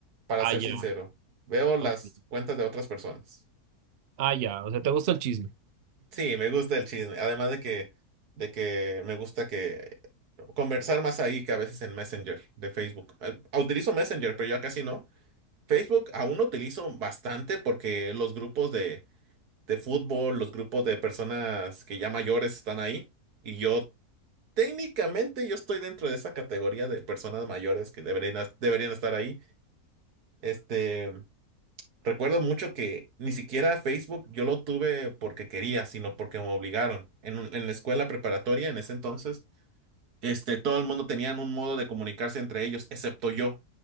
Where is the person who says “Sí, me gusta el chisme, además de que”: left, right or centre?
Right